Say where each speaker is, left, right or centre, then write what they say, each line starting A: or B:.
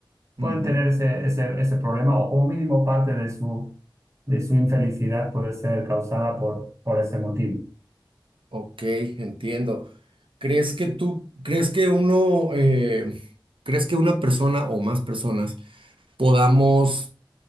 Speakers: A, on the right; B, on the right.
A: pueden
B: Ujú.
A: tener ese, ese, ese problema o como mínimo parte de su, de su infelicidad puede ser causada por, por ese motivo.
B: Ok, entiendo. ¿Crees que tú, crees que uno, eh, crees que una persona o más personas podamos